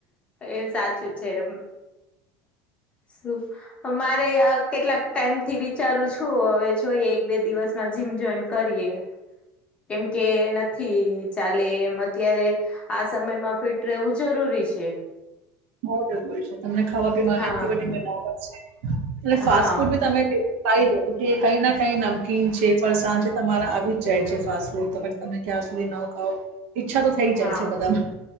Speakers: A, on the left; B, on the right.
A: એ સાચું છે એમ શું અમારે કેટલાક ટાઈમ થી વિચારું છું હવે જોઈએ એક બે દિવસમાં જીમ જોઈન કરીએ કેમ કે નથી ચાલે એમ અત્યારે આસ સમયમાં ફિટ રહેવું જરૂરી છે
B: બઉ જરૂરી છે તમને ખાવા પીવાની
A: હા
B: એટલી બધી નોબત છે અને
A: હા
B: ફાસ્ટ ફૂડ બી તમે એ કઈ ના કઈ નમકીન છે ફરસાણ છે તમારા આવી જાય છે ફાસ્ટ ફૂડ તો પછી તમે ક્યાં સુધી ન ખાવ ઈચ્છા તો થઈ જાય
A: હા
B: છે બધામાં